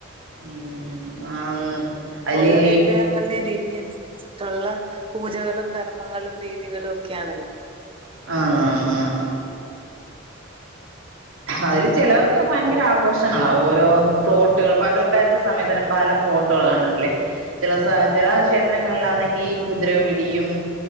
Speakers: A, on the right; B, on the right.
A: ഉം ആന്ന് അതില്
B: ഓരോ വിഗ്രഹങ്ങളുടെയും രീതിയാണ് അനുസരി ട്ടോള്ള പൂജകളും, കർമ്മങ്ങളും, രീതികളും ഒക്കെയാണല്ലോ
A: അന്നന്നു ആഹ് ആഹ് അതില് ചിലവർക്ക് ഭയങ്കര ആഘോഷങ്ങളാവും ഓരോ ഫ്ലോട്ടുകൾ പകൽക്കഴ്ച്ച സമയത്ത് തന്നെ പല ഫ്ലോട്ടുകൾ കണ്ടിട്ടില്ലേ ചില സ ചില ക്ഷേത്രങ്ങളിലാന്നെങ്കി കുതിര പിടിയും